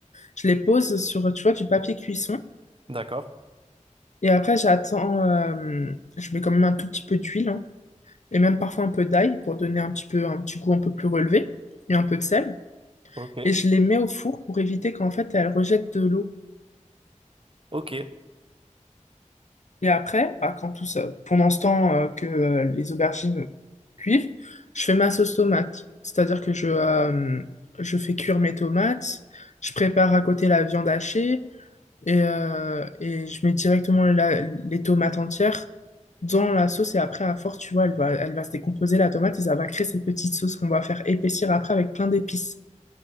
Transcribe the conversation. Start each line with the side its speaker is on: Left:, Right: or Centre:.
Left: Je les pose sur, tu vois, du papier cuisson.
Right: D'accord.
Left: Et après, j'attends, euh, je mets quand même un tout petit peu d'huile, hein, et même parfois un peu d'ail pour donner un petit peu, un petit goût un peu plus relevé et un peu de sel.
Right: Ok.
Left: Et je les mets au four pour éviter qu'en fait, elles rejettent de l'eau.
Right: Ok, je
Left: Et après, bah, quand tout ça, pendant ce temps euh, que euh, les aubergines cuivent, je fais ma sauce tomate. C'est-à-dire que je, euh, je fais cuire mes tomates, je prépare à côté la viande hachée et, euh, et je mets directement la- les tomates entières dans la sauce. Et après, à force, tu vois, elle va, elle va se décomposer la tomate et ça va créer cette petite sauce qu'on va faire épaissir après avec plein d'épices.